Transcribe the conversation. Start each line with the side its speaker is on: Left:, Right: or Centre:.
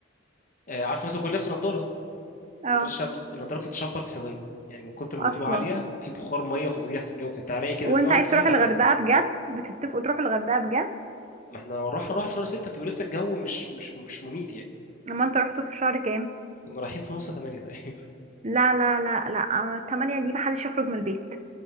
Left: آه، عارف مثلا كنا لابس نضارة
Right: اه
Left: نضارة الشمس النضارة بتتشبر في ثواني يعني من كتر ما
Right: اصلا
Left: الرطوبة عالية في بخار مية فظيع في الجو بتتعرقي كده
Right: وانت
Left: أول
Right: عايز
Left: ما بتدخلي
Right: تروح
Left: تعرقي
Right: الغردقه بجد بتتفقوا تروحوا الغردقه بجد
Left: ما إحنا هنروح هنروح في شهر ستة بتبقى لسه الجو مش مش مش مميت يعني
Right: اما انت رحتوا في شهر كام
Left: كنا رايحين في نص تمانية تقريبا <laughs>
Right: لا لا لا لا أما تمانية دي محدش يخرج من البيت